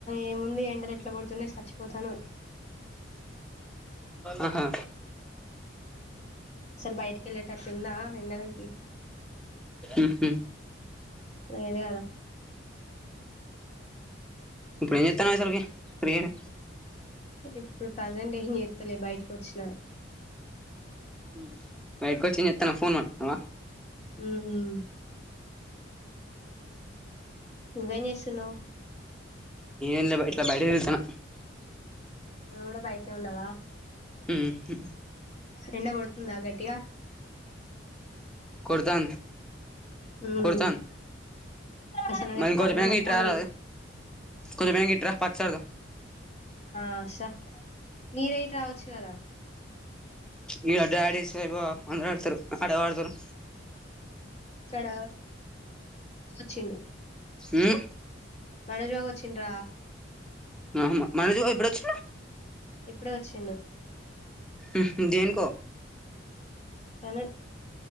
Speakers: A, on the left; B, in the centre.
A: ఏముంది ఎండల్ ఎట్ల గొడుతునయ్ చచ్చిపోతాన్నం.
B: అహా
A: ఇప్పుడ్ బైటికెళ్ళేటట్ ఉందా ఎండలకి
B: మ్ హ్
A: లేద్ గదా
B: ఇప్పుడ్ ఏం జేత్తనవ్ అసల్కి ఫ్రీగనే
A: ఇప్పుడు ప్రజెంట్ ఏం జేత్తలే బయటికొచ్చిన
B: ఉమ్ బయట వచ్చిన ఇతున ఫోన్ మాట్లాడుతున్నావా
A: ఉమ్ నువ్వేం జెస్తున్నావ్
B: ఎంలే ఇట్లా బయట తిరుగుతున్న
A: నువ్ గుడా బైట్నే ఉన్నవా
B: మ్ హ్
A: ఎండ కొడ్తుందా గట్టిగా
B: కొడతాంది
A: ఉమ్
B: కొడతాంది
A: అసలు నాకైతే
B: మరి కొంచెం
A: తలకాయ
B: బెంగ్
A: నొత్తాంది
B: ఇట్ రా రాదు కొంచె బెంగ్ ఇట్ రా పచ్ ఆడదం
A: ఆశ మీరేయిట్ రావచ్చు కదా
B: ఇగా డ్యాడీస్ ఏమో అందర్ ఆడ్తారు ఆడ ఆడ్తారు
A: ఇక్కడ వచ్చిండు
B: ఊమ్
A: మనోజ్ బావ ఒచ్చింద్ర
B: ఉమ్ మనోజ్ బావ ఎప్పుడ్ వచ్చిండూ
A: ఇప్పుడే ఒచ్చిండు
B: ఉహుమ్ దేనికో
A: అనే